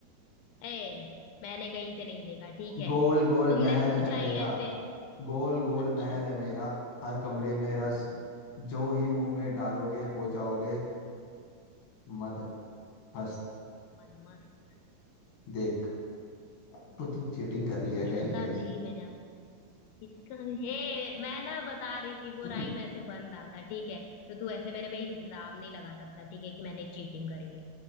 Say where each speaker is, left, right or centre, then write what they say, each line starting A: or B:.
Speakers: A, on the left (about 85°); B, on the left (about 45°).
A: ए मैंने कहीं से नहीं देखा ठीक है
B: गोल गोल
A: तुमने
B: महल
A: पूछा
B: है मेरा
A: ही ऐसे
B: गोल गोल
A: अच्छा
B: महल है मेरा हर कमरे में रस
A: हम्म
B: जो ही मुंह में डालोगे हो जाओगे मद हस्त
A: मद मस्त
B: देख
A: मस्त मगन
B: अब
A: मन
B: तो तू चीटिंग
A: मस्त
B: कर
A: मगन
B: रही है कहीं
A: इसका
B: ना कहीं से
A: भी मैं जाऊं इसका भी हे मैं ना बता रही थी वो
B: <laughs>
A: राइम ऐसे बन रहा था ठीक है तो तू ऐसे मेरे पे इल्जाम नहीं लगा सकता ठीक है कि मैंने चीटिंग करी है